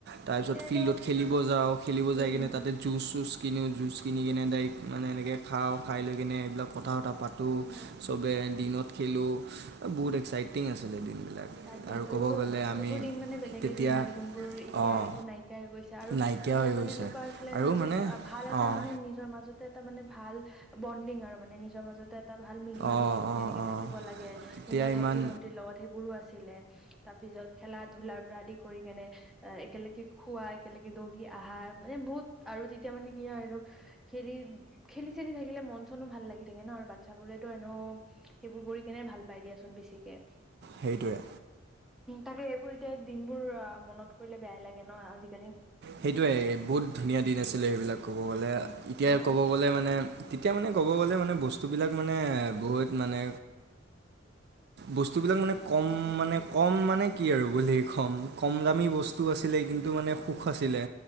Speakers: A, on the right; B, in the centre.
A: তাৰপিছত
B: তেতিয়ানো
A: ফিল্ডত খেলিব যাওঁ, খেলিব
B: উম
A: যাই কিনে
B: হম
A: তাতে জুচ-চুচ কিনো, জুচ কিনি, কিনে ডাইৰেক্ট মানে এনেকৈ খাওঁ, খাই লৈ কিনে এইবিলাক কথা পতা পাতো,
B: উম
A: চবে দিনত খেলো, বহুত এক্সাইটিং আছিলে দিনবিলাক।
B: তাকেতো,
A: আৰু ক'ব
B: এইবোৰ
A: গ'লে আমি
B: এইবোৰ দিন মানে বেলেগে
A: তেতিয়া
B: দিন আৰু, যোনবোৰ এতিয়া
A: অঁ
B: এইবোৰ নাইকিয়া হৈ গৈছে। আৰু
A: নাইকিয়া
B: তেতিয়া
A: হৈ গৈছে
B: মানে, এনেকুৱা আছিলে
A: আৰু
B: ন যে,
A: মানে
B: ভাল এটা
A: অঁ
B: মানে নিজৰ মাজত এটা মানে ভাল, বণ্ডিং আৰু মানে, নিজৰ মাজতে। এটা ভাল মিলি-জুলি
A: অঁ অঁ
B: কেনেকে
A: অঁ
B: থাকিব লাগে,
A: তেতিয়া
B: নিজৰ
A: ইমান
B: ভাইটি-ভন্টিৰ লগত সেইবোৰো আছে। ছিলে, তাৰপিছত খেলা-ধূলাৰ পৰা আদি কৰি কেনে একেলগে খোৱা, একেলগে দৌৰি আহা মানে, বহুত আৰু তেতিয়া মানে কি হয়, আৰু খেলি, খেলি-চেলি থাকিলে মন-চনো ভাল লাগি থাকে ন, আৰু বাচ্ছাবোৰেতো এনেও সেইবোৰ কৰি কেনে, ভাল পাই দিয়াচোন বেছিকে।
A: সেইটোৱে।
B: তাকে এইবোৰ এতিয়া, দিনবোৰ মনত কৰিলে বেয়াই লাগে ন, আজি।
A: সেইটোৱে বহুত ধুনীয়া দিন আছিলে, সেইবিলাক ক'ব গ'লে, এতিয়া
B: অ'
A: ক'ব গ'লে মানে তেতিয়া মানে, ক'ব গ'লে মানে, বস্তুবিলাক মানে, বহুত মানে বস্তুবিলাক মানে, কম মানে, কম মানে কি আৰু, বুলি কম, কম দামী বস্তু টো আছিলে, কিন্তু মানে সুখ আছিলে।